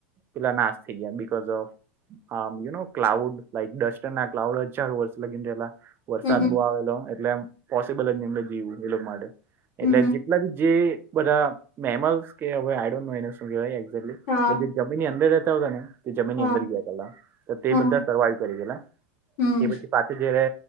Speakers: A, on the right (about 35°); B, on the left (about 70°).
A: પેલા નાશ થઈ ગયા because of you know cloud like dust <unintelligible> વર્ષ લગીલા વરસાદ
B: હમ
A: બહુ આવેલો એટલે પોસિબલ એમને જવું એ લોકો માટે
B: હમ
A: એટલે જેટલા બી જે બધા મેમલ્સ કે હવે આડ એને શું કેહેવાય એેલી
B: હા
A: બધી જમીનની અંદર રહેતા હોતાને તે જમીનની
B: હા
A: અંદર ગયા પેલા તે
B: હા
A: બધા સર્વાઈવ કરી ગેલા.
B: હમ
A: તે પછી પાછ જયારે